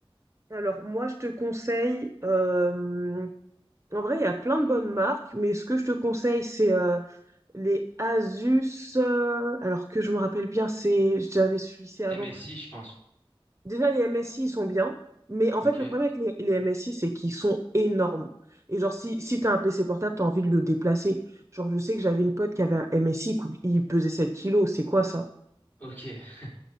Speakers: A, on the right; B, on the left.
A: Alors, moi, je te conseille, euh, en vrai, il y a plein de bonnes marques, mais ce que je te conseille, c'est euh, les Asus, euh, alors que je me rappelle bien, c'est j'avais celui lycée avant.
B: MSI, je pense.
A: Déjà, les MSI, ils sont bien, mais en
B: Ok,
A: fait, le problème avec les, les MSI, c'est qu'ils sont énormes. Et genre, si, si t'as un PC portable, t'as envie de le déplacer. Genre, je sais que j'avais une pote qui avait un MSI, cou- il pesait 7 kilos, c'est quoi ça?
B: ok, <laughs>